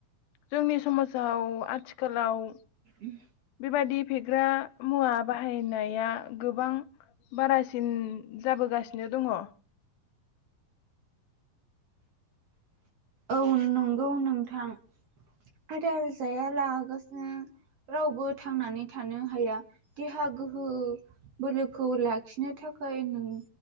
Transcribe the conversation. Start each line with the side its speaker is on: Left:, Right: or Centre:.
Left: जोंनि समाजाव आ थिखालाव
Right: उम
Left: बेबायदि फेग्रा मुवा बाहायनाया गोबां बारासिन जाबोगासिनो दङ
Right: औ नं गौ नोंथां आदार जायालागासिनो रावबो थांनानै थानो हाया देहा गोहो बोलोखौ लाखिनो थाखाय नों